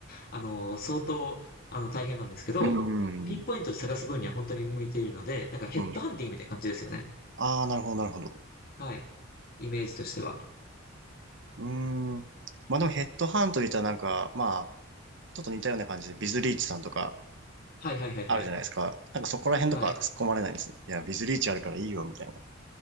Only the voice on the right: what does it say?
うなるほど。
ん。
うん。ああ、なるほど、なるほど。
うーん。まあでもヘッドハントで言ったらなんか、まあ、ちょっと似たような感じで、ビズリーチさんとか、
あるじゃないですか。なんかそこら辺とか突っ込まれないんです。
いや、ビズリーチあるからいいよ、みたいな。